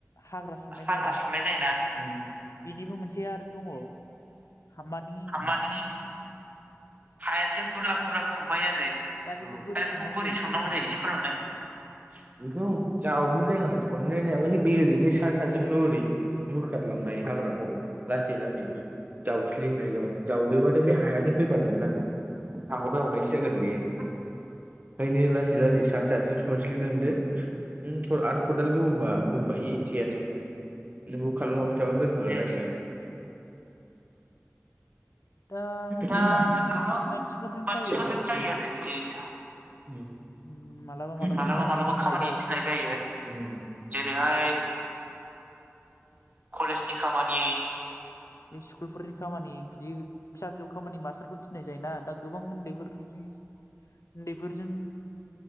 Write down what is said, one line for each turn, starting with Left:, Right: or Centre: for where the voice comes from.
Left: हाग्रा सननाय
Right: हाग्रा
Left: जायोना
Right: संनाय जायो ना ओम
Left: बेनिबो मोनसे आरो दङ हामानि
Right: मानि हायासो गुरलाब गुरलाब थांबाय आरो
Left: दा
Right: दा बेखौ
Left: सननांगौ
Right: बोरै
Left: जायो एसे
Right: संनांगौ
Left: फोरमायलाय
Right: जायो इसेफोरनावलाय बेखौ जावहो बेखौ रोङा सरनोनायालाय बे ओरैनो सा साजोंल ओरै बोखारलांनाय हाग्राखौ लासै लासैनो जावस्लिंनायल जावदोबथाय बे हायासो फैफाजोबगोन आरो हाखर जावनाय सोजागोन बेखायनो लासै लासै सा फिसाजों ससलिबलांदो आरो खदाल गो बा बौखायो एसेयानो बखौ खालामलांबायथाबानो
Left: उम
Right: रोंखागोन लासै
Left: दा
Right: दा
Left: गोबां
Right: गोबां
Left: मानसिफोरजों
Right: मानसिफोरजों
Left: जायो आरो बिदि
Right: जायो आरो बिदि
Left: उम मालाबा
Right: मालाबा
Left: खामानि
Right: मालाबा
Left: थिननाय
Right: खामानि थिनाय जायो जेरैहाय कलेजनि खामानियै
Left: बे स्कुलफोरनि खामानि बिदि फिसा फिसौ खामानि मास्टारफोर थिनाय जाय ना दा गोबां उन्दैफोरनि उन्दैफोरजों